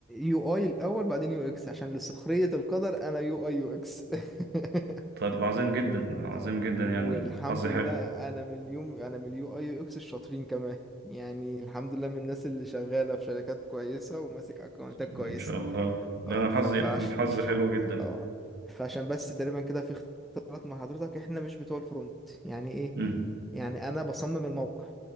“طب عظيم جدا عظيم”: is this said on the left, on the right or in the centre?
Right